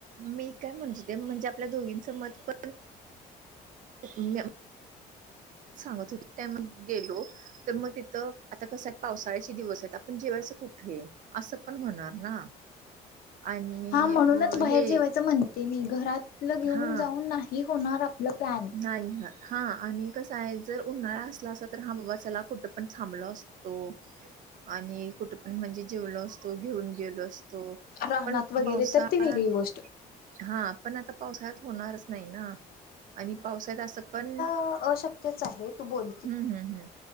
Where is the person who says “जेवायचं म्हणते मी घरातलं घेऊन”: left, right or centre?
Left